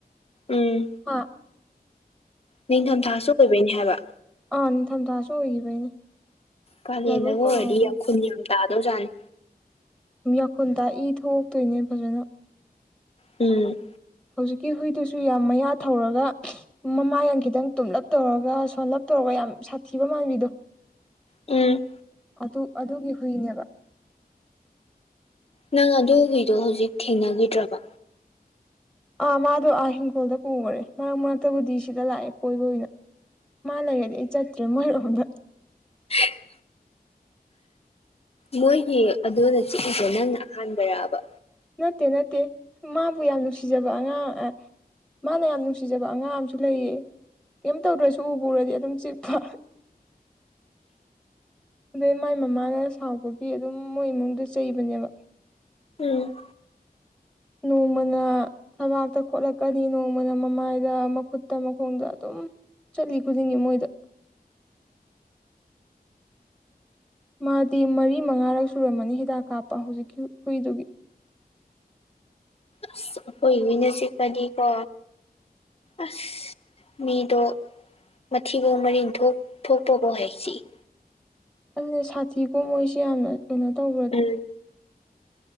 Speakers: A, on the left; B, in the centre.
A: ꯎꯝ
B: ꯍꯥ
A: ꯅꯤꯡꯊꯝꯊꯥꯁꯨ ꯑꯣꯏꯕꯩꯅꯦ ꯍꯥꯏꯕ
B: ꯑ ꯅꯤꯡꯊꯝꯊꯥꯁꯨ ꯑꯣꯏꯈꯤꯕꯩꯅꯦ꯫
A: ꯀꯥꯂꯦꯟꯗꯒ
B: ꯂꯥꯏꯕꯛ ꯐꯍꯧꯕꯅꯦ
A: ꯑꯣꯏꯔꯗꯤ ꯌꯥꯈꯨꯟ ꯌꯥꯝ ꯇꯥꯗꯧꯖꯥꯠꯅꯤ꯫
B: ꯃꯤ ꯌꯥꯡꯈꯨꯜ ꯇ ꯏ ꯊꯣꯛꯇꯨꯏꯅꯦ ꯐꯖꯟꯅ
A: ꯎꯝ
B: ꯍꯧꯖꯤꯛꯀꯤ ꯍꯨꯏꯗꯨꯁꯨ ꯌꯥꯝ ꯃꯌꯥ ꯊꯧꯔꯒ ꯃꯃꯥꯏꯅ ꯈꯤꯇꯪ ꯇꯨꯝꯂꯞ ꯇꯧꯔꯒ ꯁꯣꯂꯞ ꯇꯧꯔꯒ ꯌꯥꯝ ꯁꯥꯊꯤꯕ ꯃꯥꯟꯕꯤꯗꯣ꯫
A: ꯎꯝ
B: ꯑꯗꯨ ꯑꯗꯨꯒꯤ ꯍꯨꯏꯅꯦꯕ
A: ꯅꯪ ꯑꯗꯨ ꯍꯨꯏꯗꯣ ꯍꯧꯖꯤꯛ ꯊꯦꯡꯅꯒꯤꯗ꯭ꯔꯕ
B: ꯑꯥ ꯃꯥꯗꯣ ꯑꯥ ꯍꯤꯡꯈꯣꯜꯗ ꯄꯨꯒꯔꯦ ꯃꯔꯛ ꯃꯔꯛꯇꯕꯨꯗꯤ ꯁꯤꯗ ꯂꯥꯛꯑꯦ ꯀꯣꯏꯕ ꯑꯣꯏꯅ ꯃꯥ ꯂꯩꯔꯗꯤ ꯑꯩ ꯆꯠꯇ꯭ꯔꯦ ꯃꯣꯏ ꯔꯣꯝꯗ
A: ꯍꯦ ꯃꯣꯏꯒꯤ ꯑꯗꯨꯅ ꯆꯤꯛꯏꯁꯦ ꯅꯪꯅ ꯑꯍꯥꯟꯕꯔꯕ
B: ꯅꯠꯇꯦ ꯅꯠꯇꯦ ꯃꯥꯕꯨ ꯌꯥꯝ ꯅꯨꯡꯁꯤꯖꯕ ꯑꯉꯥꯡ ꯑ ꯃꯥꯅ ꯌꯥꯝ ꯅꯨꯡꯁꯤꯖꯕ ꯑꯉꯥꯡ ꯑꯃꯁꯨ ꯂꯩꯌꯦ ꯀꯩꯝ ꯇꯧꯗ꯭ꯔꯁꯨ ꯎꯕꯨ ꯎꯔꯗꯤ ꯑꯗꯨꯝ ꯆꯤꯛꯄ ꯑꯗꯩ ꯃꯥꯏ ꯃꯃꯥꯅ ꯁꯥꯎꯕꯒꯤ ꯑꯗꯨꯝ ꯃꯣꯏ ꯏꯃꯨꯡꯗꯣ ꯆꯩꯕꯅꯦꯕ
A: ꯎꯝ
B: ꯅꯣꯡꯃꯅ ꯊꯕꯥꯛꯇ ꯈꯣꯠꯂꯛꯀꯅꯤ ꯅꯣꯡꯃꯅ ꯃꯃꯥꯏꯗ ꯃꯈꯨꯠꯇ ꯃꯈꯣꯡꯗ ꯑꯗꯨꯝ ꯆꯠꯂꯤ ꯈꯨꯗꯤꯡꯒꯤ ꯃꯣꯏꯗ ꯃꯥꯗꯤ ꯃꯔꯤ ꯃꯉꯥꯔꯛ ꯁꯨꯔꯝꯃꯅꯤ ꯍꯤꯗꯥꯛ ꯀꯥꯞꯄ ꯍꯧꯖꯤꯛꯀꯤ ꯍꯨꯏꯗꯨꯒꯤ
A: ꯑꯁ ꯑꯩꯈꯣꯏ ꯍꯨꯏꯅ ꯆꯤꯛꯄꯗꯤ ꯀꯣ ꯑꯁ ꯃꯤꯗꯣ ꯃꯊꯤꯕꯣꯡ ꯃꯔꯤꯟ ꯊꯣꯛ ꯊꯣꯛꯄꯕꯧ ꯍꯦꯛ ꯆꯤꯛꯏ
B: ꯑꯗꯨꯅꯦ ꯁꯥꯊꯤꯀꯣ ꯃꯣꯏꯁꯦ ꯌꯥꯝꯅ ꯀꯩꯅꯣ ꯇꯧꯕꯔꯗꯨ
A: ꯎꯝ